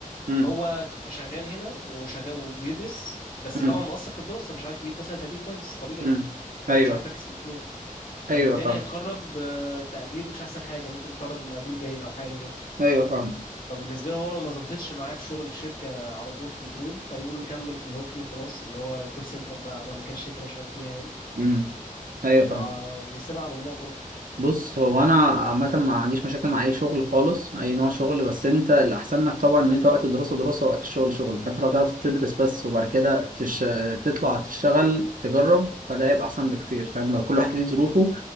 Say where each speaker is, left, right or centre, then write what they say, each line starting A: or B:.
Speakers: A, on the right; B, on the left.
A: امم
B: هو مش شغال هنا وشغال وبيدرس بس
A: امم.
B: طبعا مقصر في الدراسه مش عارف يجيب مثلا تقدير كويس طبيعي
A: امم
B: هو
A: ايوه
B: مش عارف يركز في الاثنين
A: ايوه
B: فبالتالي
A: فاهم
B: هيتخرج بتقدير مش احسن حاجه ممكن يتخرج بمقبول جيد او حاجه كده
A: ايوه فاهم
B: فبالنسبه له هو لو ما ظبطتش معاه في شغل الشركه على طول في بترول فيقوم مكمل في اللي هو فيه وخلاص اللي هو كول سنتر بقى او مهما كان الشركه اللي هو شغال فيها يعني
A: امم ايوه
B: ويوع-
A: فاهم
B: ويسيبها على الله برضه
A: بص هو انا عامه ما عنديش مشاكل مع اي شغل خالص اي نوع شغل بس انت الاحسن لك طبعا ان انت وقت الدراسه دراسه وقت الشغل شغل فانت لو تعرف تدرس بس وبعد كده تش... تطلع تشتغل تجرب فده هيبقى احسن بكتير فاهم كل واحد ليه ظروفه